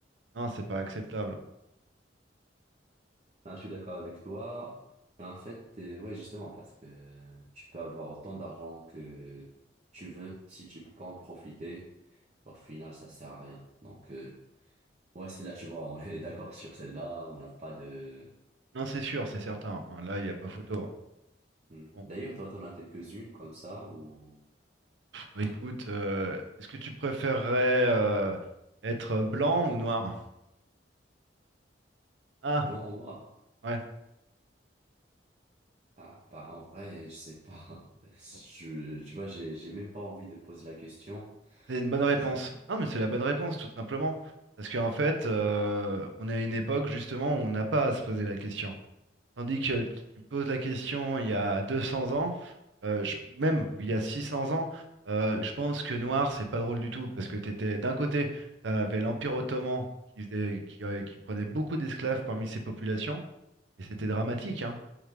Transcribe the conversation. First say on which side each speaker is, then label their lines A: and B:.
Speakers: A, on the right; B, on the right.
A: Non, c'est pas acceptable.
B: Ah, je suis d'accord avec toi. Et en fait, euh, ouais, justement, parce que tu peux avoir autant d'argent que tu veux, si tu peux pas en profiter, au final, ça sert à rien. Donc, euh, ouais, c'est là, tu vois, <laughs> on est d'accord sur celle-là, on n'a pas de...
A: Non, c'est sûr, c'est certain. hein. Là, il n'y a pas photo. hein.
B: Hmm.
A: Bon.
B: D'ailleurs, toi, t'en as quelques-unes comme ça, ou
A: Bon, Écoute, euh, est-ce que tu préférerais euh, être blanc ou noir? Ah,
B: blanc ou noir?
A: ouais,
B: Ah, bah, en vrai, je sais pas. <laughs> Je,
A: bon,
B: tu vois, j'ai, j'ai même pas envie de poser la question,
A: c'est une bonne réponse.
B: parce que...
A: Non, mais c'est la bonne réponse, tout simplement. Parce qu'en fait, euh, on est à une époque, justement, où on n'a pas à se poser la question. Tandis que tu tu poses la question il y a 200 ans, euh, je- même il y a 600 ans, euh, je pense que noir, c'est pas drôle du tout. Parce que t'étais, d'un côté, tu avais l'Empire ottoman qui faisait- qui, euh, qui prenait beaucoup d'esclaves parmi ses populations, et c'était dramatique, hein.